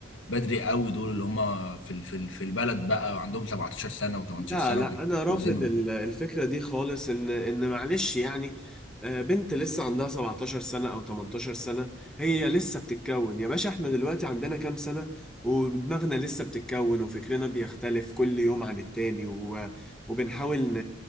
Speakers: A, on the left; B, in the centre.
A: بدري قوي دول اللي هم في ال- في ال- في البلد بقى وعندهم 17 سنه و18
B: لا
A: سنه
B: لا
A: وبيتجوزينهم
B: انا رافض ال- الفكره دي خالص ان ان معلش يعني آه، بنت لسه عندها 17 سنه او 18 سنه هي لسه بتتكون يا باشا احنا دلوقتي عندنا كام سنه ودماغنا لسه بتتكون وفكرنا بيختلف كل يوم عن التاني و- وبنحاول ن...